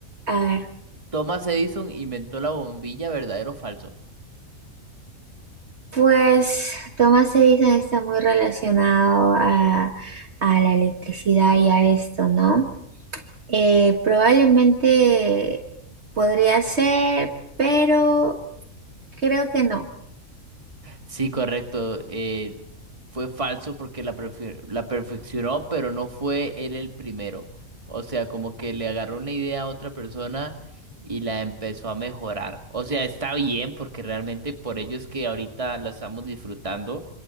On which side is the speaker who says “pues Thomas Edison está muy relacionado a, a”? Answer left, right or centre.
Right